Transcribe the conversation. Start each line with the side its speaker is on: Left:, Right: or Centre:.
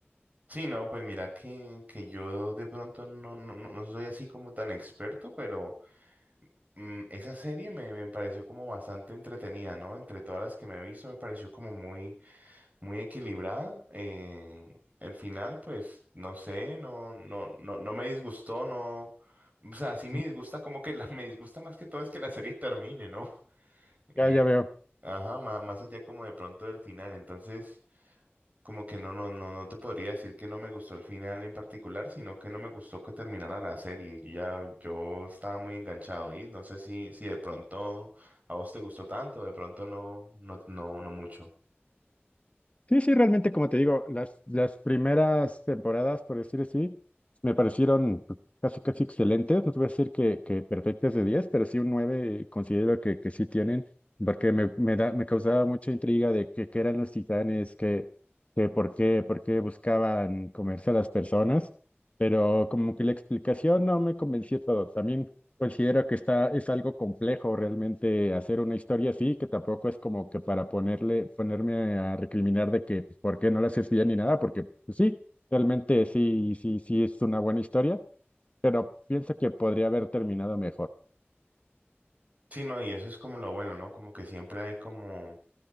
Right: Sí, no, pues mira que, que yo de pronto no, no, no no soy así como tan experto, pero... Mm, esa serie me, me pareció como bastante entretenida, ¿no? Entre todas las que me he visto, me pareció como muy, muy equilibrada. Eh, el final, pues, no sé, no, no, no, no me disgustó, no. O sea, sí me
Left: Ujú.
Right: disgusta como que la, <laughs> me disgusta más que todo es que la serie termine, ¿no? Eh,
Left: Ya, ya veo.
Right: ajá, ma- más, allá como de pronto del final. Entonces, como que no, no, no, no te podría decir que no me gustó el final en particular, sino que no me gustó que terminara la serie. Yo ya, yo estaba muy enganchado y no sé si, si de pronto a vos te gustó tanto, de pronto no, no, no, no mucho.
Left: Sí, sí, realmente, como te digo, las, las primeras temporadas, por decir así, me parecieron pues, casi, casi excelentes. No te voy a decir que, que perfectas de diez pero sí un 9 considero que, que sí tienen, porque me, me, da, me causaba mucha intriga de que, qué eran los titanes, que, que por qué, por qué buscaban comerse a las personas, pero como que la explicación no me convenció todo. También Considero que está, es algo complejo realmente hacer una historia así, que tampoco es como que para ponerle, ponerme a recriminar de que pues, por qué no la haces bien ni nada, porque pues, sí, realmente sí, sí, sí es una buena historia, pero pienso que podría haber terminado mejor.
Right: Sí, no, y eso es como lo bueno, ¿no? Como que siempre hay como,